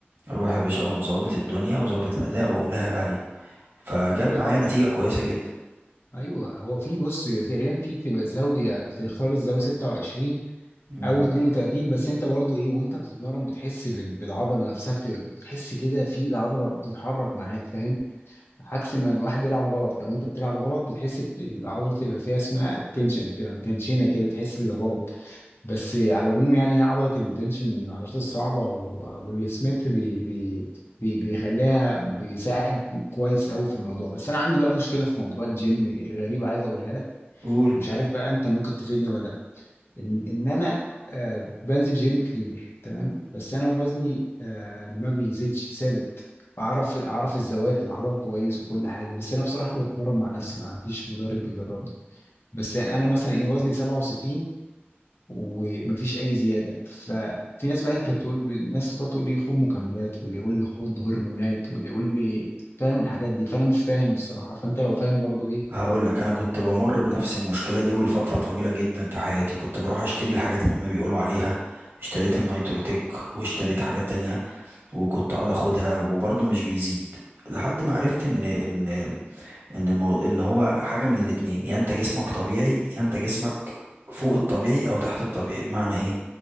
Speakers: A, on the right; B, on the left.
A: اروح يا باشا اقوم ظابط الدنيا وظابط الاداء واقوم لاعب عليه فجاب
B: <clears throat> ايوه
A: معايا
B: طبعا
A: نتيجه كويسه جدا
B: ايوه هو في بص تقريبا في تبقى زاويه بتختار الزاويه 26
A: امم
B: او 32 بس انت برضو ايه وانت بتتمرن بتحس بال- بالعضله نفسها بتبقى بتحس كده في العضله بتتحرك معاك فاهم عكس ما الواحد بيلعب غلط لو انت بتلعب غلط بتحس ب- العضله بتبقى فيها اسمها التنشن بتبقى متنشنه كده تحس بالغلط بس على العموم يعني هي عضلة البنش من العضلات الصعبة و- واللي سميث بي بي بي بيخليها بيساعد كويس قوي في الموضوع بس انا عندي بقى مشكلة في موضوع الجيم غريبة عايز اقولها لك
A: قول
B: مش عارف بقى انت ممكن تفيدني ولا لا ان ان انا آه بنزل جيم كتير تمام بس انا وزني آه ما بيزيدش ثابت اعرف اعرف الزوايا العضل كويس وكل حاجه بس انا بصراحه بتمرن مع نفسي ما فيش مدرب بيدربني بس انا مثلا
A: مم.
B: ايه وزني 67 ومفيش اي زياده ففي ناس بقى كانت تقول الناس بتقعد تقول لي خد مكملات واللي يقول لي خد هرمونات واللي يقول لي فاهم الحاجات دي فانا مش فاهم الصراحه فانت لو فاهم برضو ايه
A: هقول لك انا كنت بمر بنفس المشكله دي ولفتره طويله جدا في حياتي كنت بروح اشتري الحاجات اللي هما بيقولوا عليها اشتريت النيتروتيك واشتريت حاجات تانية وكنت اقعد اخدها وبرضه مش بيزيد لحد ما عرفت ان ان ان مو- ان هو حاجه من الاتنين يا انت جسمك طبيعي يا انت جسمك فوق الطبيعي او تحت الطبيعي بمعنى ايه